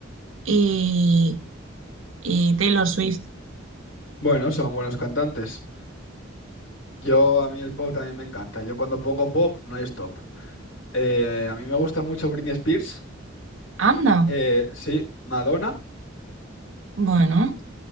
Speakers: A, on the right; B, on the left.
A: y, y Taylor Swift.
B: bueno, son buenos cantantes. Yo, a mí el pop también me encanta. Yo cuando pongo pop, no hay stop. Eh, a mí me gusta mucho Britney Spears,
A: Anda,
B: eh, sí, Madonna.
A: bueno,